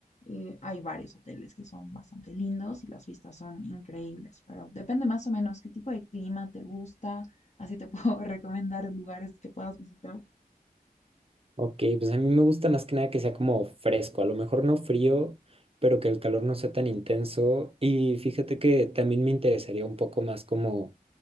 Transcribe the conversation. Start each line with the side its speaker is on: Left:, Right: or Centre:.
Left: eh, hay varios hoteles que son bastante lindos y las vistas son increíbles, pero depende más o menos qué tipo de clima te gusta, así te puedo <laughs> recomendar lugares que puedas visitar.
Right: Ok, pues a mí me gusta más que nada que sea como fresco, a lo mejor no frío, pero que el calor no sea tan intenso. Y fíjate que también me interesaría un poco más como